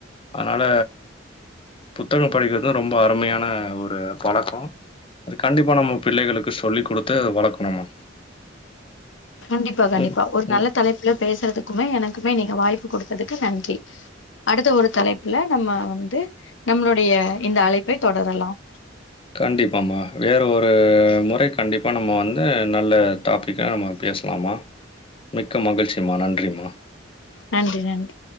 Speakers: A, on the left; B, on the left.
A: அதனால புத்தகம் படிக்கிறது ரொம்ப அருமையான ஒரு பழக்கம் அது கண்டிப்பா நம்ம பிள்ளைகளுக்கு சொல்லிக் குடுத்து அத வளக்கணுமா
B: கண்டிப்பா கண்டிப்பா
A: ம்
B: ஒரு
A: உ
B: நல்ல தலைப்புல பேசுறதுக்குமே எனக்குமே நீங்க வாய்ப்பு குடுத்ததுக்கு நன்றி அடுத்த ஒரு தலைப்புல நம்ம வந்து நம்மளுடைய இந்த அழைப்பை தொடரலாம்
A: கண்டிப்பாமா வேற ஒரு மொறைக் கண்டிப்பா நம்ம வந்து நல்ல டாபிக்கா நம்ம பேசலாமா மிக்க மகிழ்ச்சிமா நன்றிம்மா
B: நன்றி நன்றி